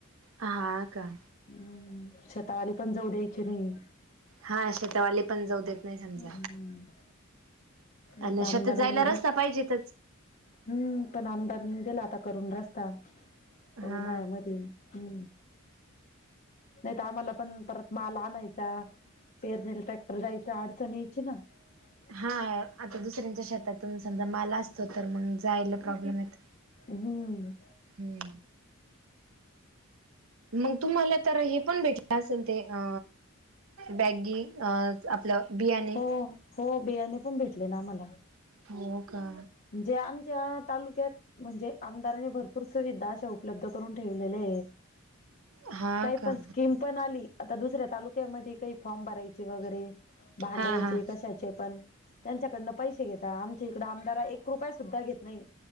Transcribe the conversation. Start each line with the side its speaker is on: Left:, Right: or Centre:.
Right: हा का?
Left: हम्म शेतावाली पण जाऊ द्यायची नाही.
Right: हा शेतवाली पण जाऊ देत. नाही समजा,
Left: हम्म आता
Right: आणि शेतात
Left: आमदारांनी
Right: जायला रस्ता
Left: रस्
Right: पाहिजे तर
Left: हम्म पण आमदारनी दिला आता करून रस्ता आता
Right: हा
Left: उन्हाळ्यामध्ये हम्म नाही. आम्हाला पण परत माल आणायचा पेरणीला ट्रॅक्टर जायचा अडचण यायची ना, ह <unintelligible>
Right: हा आता शेतातून समजा माला तर मग जायला प्रॉब्लेम येत.
Left: हम्म
Right: हम्म मग तुम्हाला तर हे पण भेटलं असेल ते अ बॅगी आपलं बियाणे
Left: हो हो बियाणे पण भेटले ना, आम्हाला
Right: हो का?
Left: जे आमच्या तालुक्यात म्हणजे आमदारांनी भरपूर सुविधा अशा उपलब्ध करून ठेवलेल्या आहे.
Right: हा
Left: काही
Right: का
Left: पण स्कीम आली दुसऱ्या तालुक्यामध्ये काही फॉर्म भरायचे वगैरे, भांड्याचे
Right: हा हा
Left: कशाचे पण त्यांच्याकडनं पैसे घेता आमच्या इकड आमदार एक रुपया सुद्धा घेत नाही.